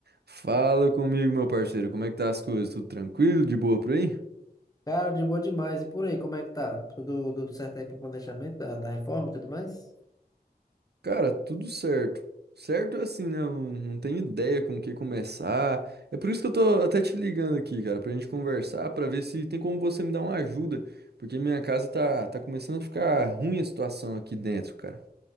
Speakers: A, on the right; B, on the left.
A: Fala comigo, meu parceiro. Como é que tá as coisas? Tudo tranquilo? De boa por aí?
B: Cara, de boa demais. E por aí, como é que tá? Tudo, tudo certo aí pro planejamento da, da reforma e tudo mais?
A: Cara, tudo certo. Certo é assim, né? Eu não, não tenho ideia com o que começar. É por isso que eu tô até te ligando aqui, cara, pra gente conversar, pra ver se tem como você me dar uma ajuda. Porque minha casa tá, tá começando a ficar ruim a situação aqui dentro, cara.